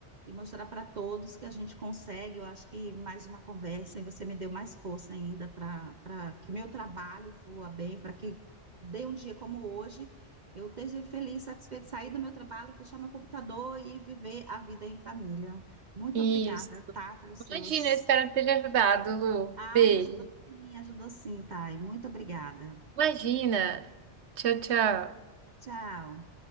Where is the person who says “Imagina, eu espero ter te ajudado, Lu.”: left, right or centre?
Right